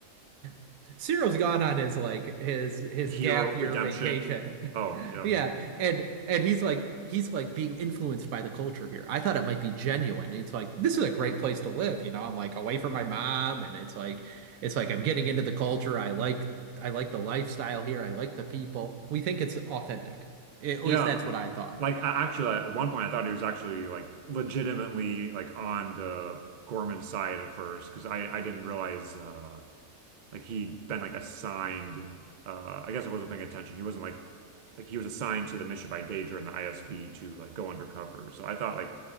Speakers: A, on the right (about 85°); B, on the right (about 45°).
A: <laughs> Cyril's gone on his like his his
B: Hero
A: gap year
B: Redemption.
A: vacation.
B: Oh,
A: <laughs>
B: yeah.
A: Yeah, and and he's like he's like being influenced by the culture here. I thought it might be genuine. It's like this is a great place to live, you know. I'm like away from my mom and it's like it's like I'm getting into the culture. I like I like the lifestyle here. I like the people. We think it's authentic. At
B: Yeah,
A: least that's
B: like
A: what I thought.
B: like I actually at one point I thought he was actually like legitimately like on the Gorman side at first because I I didn't realize uh like he'd been like assigned uh I guess I wasn't paying attention. He wasn't like like he was assigned to the mission by Daedra and the ISB to like go undercover. So I thought like